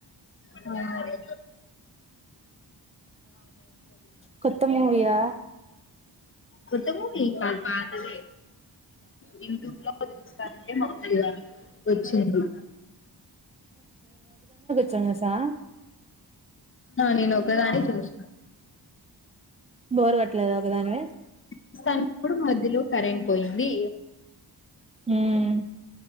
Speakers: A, on the left (about 30°); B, on the right (about 15°).
A: బరి
B: కొత్త మూవయా
A: త్తమ అది పతే యూయూబ్ మామగా వచ్చింది
B: చ్చన్నసా
A: నేను ఒక ఒకదాని చూస
B: బోర్ కట్టలేదు ఒక దాని
A: వస్తన్నప్పుడు మధ్యలో కరెం పోయింది
B: మ్మ్మ్మ్